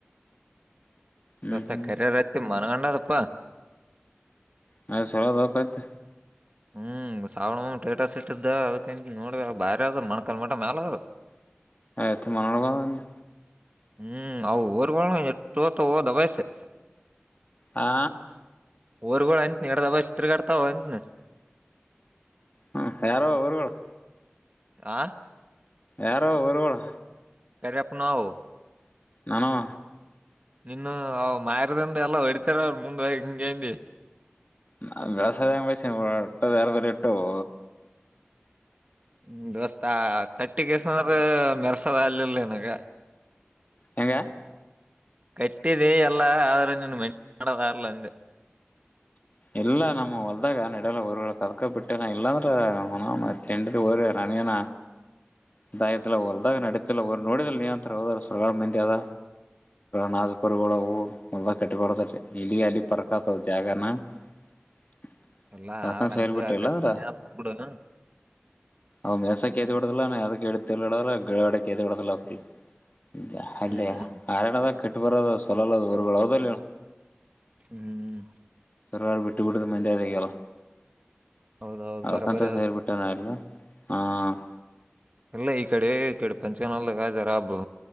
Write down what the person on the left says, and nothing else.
ಹ್ಮ್
ಹ್ಮ್
ಅಲ ಸೋಳದಪೈತಿ
ಹೆತ್ ಮಂಗಳಗೊಂದ್
ಹಾ
ಹ್ಮ್ ಯಾರೋ ಊರುಗಳು
ಯಾರೋ ಊರುಗಳು
ನಮ್ಮವ
ನಾ ಬೆಳಸಾಯ ಹೆಂಗೆ ಬಯತೀ ಒಟ್ಟದ ಅರವ ಎಟ್ಟುವೋ
ಹೆಂಗ
ಎಲ್ಲ ನಮ್ಮ ಹೊಲ್ದಾಗ ನಡಲ್ಲ ತರ್ಕ ಕದಕೊ ಬಿಟ್ಟೆನ ಇಲ್ಲಾಂದ್ರೆ <unintelligible> ಎಂಟಿ ಹೋದರೇ ರಾಣಯಾನ ಸಯತ್ತಲ್ಲ ಹೊಲ್ದಾಗ ನಡತಿಲ್ಲ ನೋಡಿದ್ರೆ ನೀಯಂತ್ರ ಹೋದ ಸುಡುಗಾಡು ಮಂದಿಯಾಗ. ನಕರುಗಳು ಒ ಹೊಲ್ದಾಗ ಕಟ್ಟಿ ಬಾರತೈತಿ ಇಲ್ಲಿ ಅಲ್ಲಿ ಪರ್ಕತ್ ಜಾಗನ. <unintelligible>
ಸಾಕಂಡ್
ಸೈಲ್
ಬಿಟ್ಟಿಲ್ಲ
ಅವ್ರ
ಅವ್ ಮೆಸಕೇತಿಡದಲ್ಲಾ ಅದಕ್ಕೆ ಇಡದ ಗಾಡದ್ ಕೇತಿಡದಲ್ಲ ಫ್ರೀ ಇದ
ಅಲ್ಲಯ
ಆರನದಾಗ ಕಟ್ಟೂ ಬರೋದು ಸಲ್ಲ ಹೊರ್ ಹೌದಲ್ಲ ಹೇಳ್
ಸರ್ ಬಿಟ್ಟು ಬಿಡದ ಮಂದೆಗಲ್ಲ
ಅಕಂತ
ಸರ್ ಬಿಟ್ಟ್ ಬಿಟ್ಯಾನ ಎಲ್ಲಾ ಹ್ಮ್